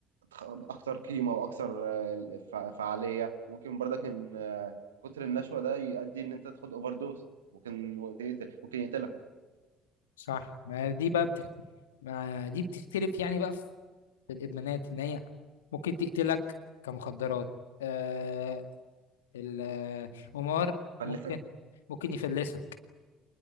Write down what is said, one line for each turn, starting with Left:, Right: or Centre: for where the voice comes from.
Right: تخ- اكتر قيمه واكثر آه، فع- فعاليه ممكن برضك ان آه، كتر النشوه ده يؤدي ان انت تاخد اوفر دوز ممكن تقتل- ممكن يقتلك
Left: صح ما دي بقى ما دي بتختلف يعني بقى في الادمانات ان هي ممكن تقتلك كمخدرات آه ال- آه، القمار
Right: فلتك
Left: ممكن ممكن يفلسك